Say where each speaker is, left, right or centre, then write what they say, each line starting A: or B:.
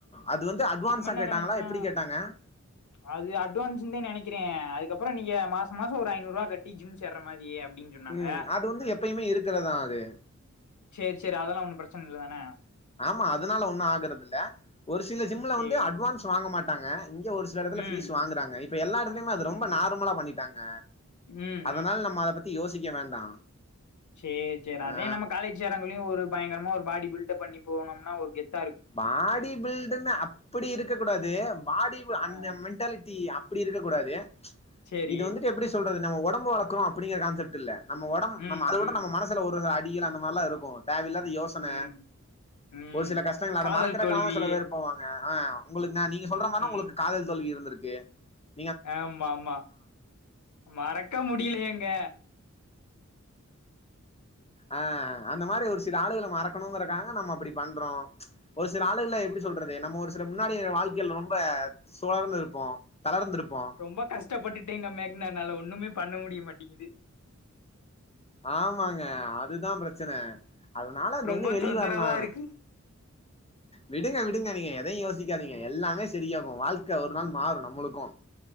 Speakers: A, on the left; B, on the left.
A: அது வந்து அட்வான்ஸா
B: நம்ம என்ன
A: கேட்டாங்களா
B: நெனச்சோ
A: எப்டி கேட்டாங்க
B: அது அட்வான்ஸ்ந்தே நெனைக் கிறே அதுக்கப்புறோ நீங்க மாச மாசோ ஒரு ஐநூறுவா கட்டி ஜிம் சேர்ற மாரி அப்டின்னு சொன்னாங்க
A: ம் அது வந்து எப்பயுமே இருக்குறதா அது
B: சேரி சேரி அதெல்லா ஒன்னு பிரச்சன இல்ல தான
A: ஆமா அதனால ஒண்ணு ஆகுறது இல்ல ஒரு சில ஜிம்ல
B: சேரி
A: வந்து அட்வான்ஸ் வாங்க மாட்டாங்க இங் இங்க ஒரு சில எடத்துல
B: ம்
A: ஃபீஸ் வாங்கறாங்க இப் இப்ப எல்லா எடத்துலயுமே அது ரொம்ப
B: ம்
A: நார்மலா பண்ணிட்டாங்க
B: ம்
A: அதனால நம்ம அத பத்தி யோசிக்க வேண்டா
B: சேர் சேர்
A: ஆ
B: அதே நம்ம காலேஜ் சேர்றவங்களையு ஒரு பயங்கரமா ஒரு பாடி பில்டப் பண்ணிப் போனோம்னா ஒரு கெத்
A: பாடி பில்டுனா அப்டி இருக்கக்கூடாது பாடி
B: ஆ
A: அந்த மென்டாலிட்டி அப்டி இருக்க கூடாது
B: சேரி
A: இது வந்துட்டு எப்டி சொல்றது நம்ம ஒடம்பு வளக்குறோ அப்டிங்குற கான்செப்ட் இல்ல நம்ம ஒடம்
B: ம்
A: நம்ம அது விட
B: ம்
A: நம்ம மனசுல ஒரு அட் டிகல அந்த மார்லா இருக்கு தேவை இல்லாத் து யோசன
B: ம் ம்
A: ஒரு சில கஷ் அத
B: காதல்
A: மறக்குறக்காகவு
B: தோல்வி
A: சில பேர் போவாங்க ஆ உங்களுக்கு நா நீ சொல்ற மார்னா
B: ம்
A: உங்களுக்கு காதல் தோல்வி இருந்துருக் தே
B: ஆமா ஆமா மறக்க முடிலயேங்க
A: ஆ அந்த மாரி ஒரு சில ஆளுகள மறக்கணுங்கறக்கா நம்ம அப்புடி பண்றோ ஒரு சில ஆளுகள எப்டி
B: ரொ
A: சொல்றது நம்ம ஒரு சில முன்னாடி வாழ்க்கைல ரொம்ப சுழர்ந்து இருப்போ தளர்ந்துருப்போ
B: ரொம்ப கஷ்டப்பட்டுட்டேங்க மேக்னனால ஒண்ணுமே பண்ண முடிய மாட்டிங்குது
A: ஆமாங்க அதுதாம் பிரச்சன அதனால அது
B: ரொம்ப
A: இருந்து வெளி
B: தொந்தரவா
A: வர்லா வெள்
B: இருக்கு
A: விடுங்க விடுங்க நீங்க எதையு யோசிக்காதீங்க எல்லாமே செரியாகு வாழ்க்க ஒரு நாள் மாறு நம்மளுக்கு